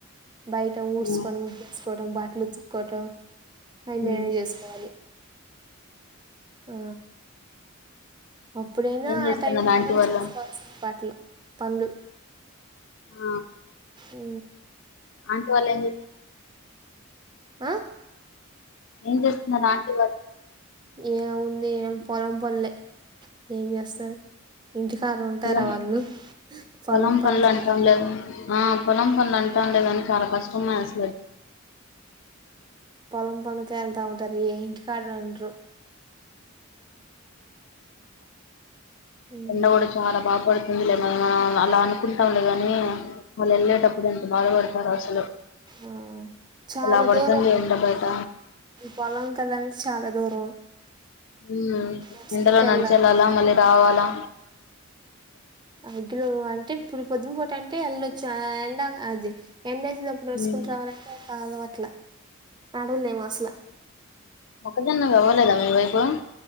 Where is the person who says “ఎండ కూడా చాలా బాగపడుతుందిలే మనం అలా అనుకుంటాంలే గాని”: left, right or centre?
Left